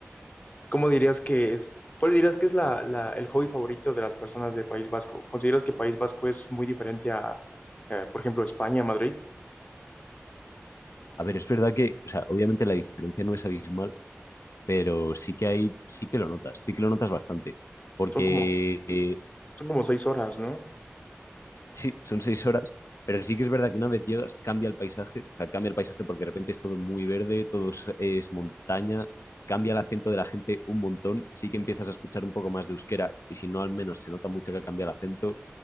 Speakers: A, on the left (about 35°); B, on the left (about 85°).
A: ¿Cómo dirías que es? ¿Cuál dirías que es la, la- el hobby favorito de las personas de País Vasco? ¿Consideras que País Vasco es muy diferente a, eh, por ejemplo, España, Madrid?
B: A ver, es verdad que, o sea, obviamente la diferencia no es abismal, pero sí que hay, sí que lo notas, sí que lo notas bastante, porque
A: Son como,
B: eh,
A: son como seis horas, ¿no?
B: Sí, son seis horas, pero sí que es verdad que una vez llegas cambia el paisaje, o sea, cambia el paisaje porque de repente es todo muy verde, todo es, es montaña, cambia el acento de la gente un montón, sí que empiezas a escuchar un poco más de euskera y si no al menos se nota mucho que cambia el acento,